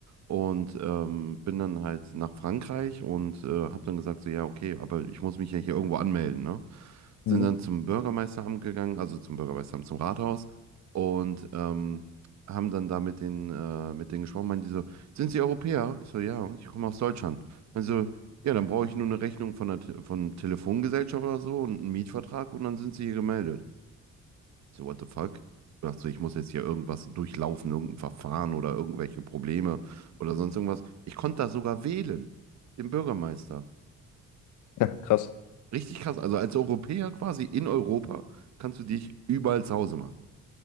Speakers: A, on the right (about 65°); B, on the left (about 80°).
A: und ähm, bin dann halt nach Frankreich und äh, habe dann gesagt, so ja, okay, aber ich muss mich ja hier irgendwo anmelden, ne?
B: Mhm.
A: Sind dann zum Bürgermeisteramt gegangen, also zum Bürgermeisteramt, zum Rathaus und ähm, haben dann da mit denen, äh, mit denen gesprochen, meinen die so, sind Sie Europäer? Ich so, ja, ich komme aus Deutschland. Also, ja, dann brauche ich nur eine Rechnung von der Te von Telefongesellschaft oder so und einen Mietvertrag und dann sind Sie hier gemeldet. Ich so, what the fuck? Ich dachte so, ich muss jetzt hier irgendwas durchlaufen, irgendein Verfahren oder irgendwelche Probleme oder sonst irgendwas. Ich konnte da sogar wählen, den Bürgermeister.
B: <laughs> Ja, krass.
A: Richtig krass. Also als Europäer quasi in Europa kannst du dich überall zu Hause machen.